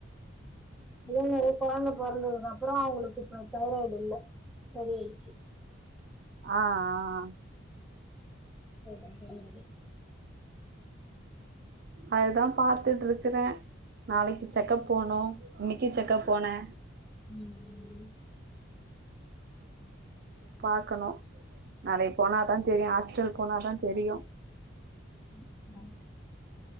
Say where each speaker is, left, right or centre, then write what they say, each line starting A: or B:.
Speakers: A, in the centre; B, on the right (about 55°).
A: அதே மாரி கொழந்த பொறந்ததுக்கு அப்பற அவங்களுக்கு இப்ப தைராய்டு இல்ல சரியாயிடுச்சு
B: ஆ ஆ
A: <unintelligible> டெலிவரி
B: அதுதா பாத்துட்ருக்கறே நாளைக்கு செக்கப் போனு இன்னைக்கு செக்கப்
A: ம்
B: போனே
A: ம் ம்
B: பாக்கணு நாளைக்கு போனாதா தெரியு ஹாஸ்டல் போனாதா தெரியு
A: ம் ம்மா